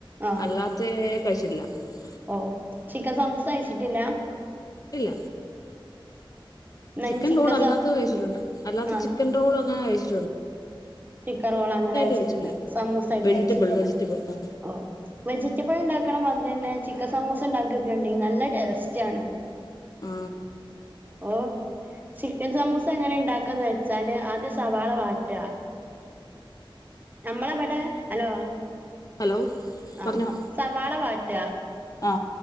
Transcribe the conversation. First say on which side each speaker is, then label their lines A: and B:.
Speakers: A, on the right; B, on the left.
A: ആഹ്
B: അല്ലാത്തെ. <unintelligible>
A: ഓഹ് ചിക്കൻസമൂസകയിച്ചിട്ടില്ല?
B: ഇല്ല.
A: എന്നാ
B: ചിക്കൻ
A: ഞാൻ
B: റോൾ അല്ലാത്തത്
A: സ
B: കഴിച്ചിട്ടുണ്ട് അല്ലാത്ത
A: ആഹ്
B: ചിക്കൻ റോൾ അങ്ങനെ കഴിച്ചി
A: ചിക്കൻ റോൾ അങ്ങന കഴിച്ചിട്ടുണ്ട്
B: കഴിച്ചിട്ടില്ല
A: സമൂസ ആയിട്ട്
B: വെജിറ്റബിൾ
A: കഴിച്ചിട്ടില്ല.
B: വെജിറ്റബിൾ ആ
A: ഓ വെജിറ്റബിൾ ഉണ്ടാക്കണം അത് തന്നെ. ചിക്കൻ സമൂസ ഉണ്ടാക്കിയൊക്കെണ്ടി നല്ല ടേസ്റ്റ് ആണ്.
B: ആ.
A: ഓ ചിക്കൻ സമൂസ എങ്ങനെ ഉണ്ടാക്കാന്ന് വെച്ചാല് ആദ്യംസവാള വാട്ട. നമ്മളെവിടെ ഹലോ.
B: ഹലോ
A: ആ
B: പറഞ്ഞോ
A: സവാള വാട്ട.
B: ആ